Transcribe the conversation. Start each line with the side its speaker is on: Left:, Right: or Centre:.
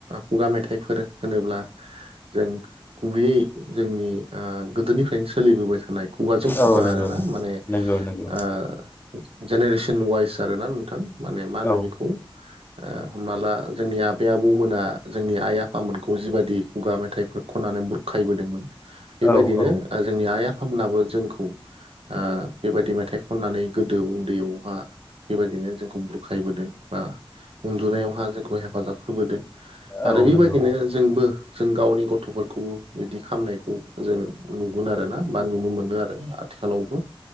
Right: खुगा मेथाइफोर होनोब्ला जों गुबैयै जोंनि आ गोदोनिफ्रायनो सोलिबोबाय थानाय खुगाजों खुगा
Left: औ नंगौ।
Right: आरोना माने
Left: नंगौ नंगौ
Right: ओ जेनेरेसन वाइस आरोना नोंथां माने मा होनो
Left: औ
Right: बेखौ हमना ला जोंनि आबै आबौमोना जोंनि आइ आफामोनखौ जिबादि खुगा मेथाइफोर खननानै बुरखायबोदोंमोन बेबायदिनो
Left: औ औ
Right: जोंनि आइ आफामोनाबो जोंखौ ओ बेबायदि मेथाइ खननानै गोदो उदैयावहा बेबायदिनो जोंखौ बुरखायबोदों बा उन्दुनायावहा जोंखौ हे फाजाब होबोदों
Left: औ
Right: आरो बेबायदिनो
Left: नंगौ
Right: जोंबो जों गावनि गथ'फोरखौबो इदि खामनायखौ जों नुगोन आरोना बा नुनो मोनो आरो। आथिखालावबो